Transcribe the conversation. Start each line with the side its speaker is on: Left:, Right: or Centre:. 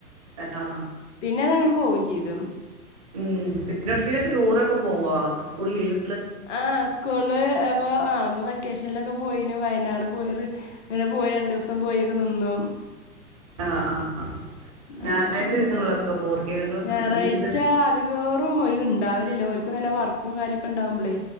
Right: ആഹ്.
Left: പിന്നെ തങ്ങട് പോവു ചെയ്തു.
Right: ഉം പിന്നെ എവിടെകിലക്ക് ടൂറൊക്കെ പോവാ? സ്കൂൾ ലീവ്
Left: ആഹ് സ്കൂള് അപ്പോ ആ ഇപ്പൊ വെക്കേഷനിലൊക്കെ പോയിനു, വയനാട് പോയി, അങ്ങനെ പോയി രണ്ടു ദിവസം പോയിക്കെ നിന്നു.
Right: ആഹ് ആ ആ.
Left: അങ്ങനെ
Right: ഞായറാഴ്ച
Left: ടൂറൊക്ക.
Right: ദിവസങ്ങളിലൊക്കെ പോവുകയൊക്കെ
Left: ഞായറാഴ്ച
Right: ബീച്ചിൽ
Left: അതി <unintelligible> വഴി ഉണ്ടാവലില്ല. ഓൽക്കും നല്ല വർക്കും കാര്യക്ക ഉണ്ടാവുമ്പോളേ,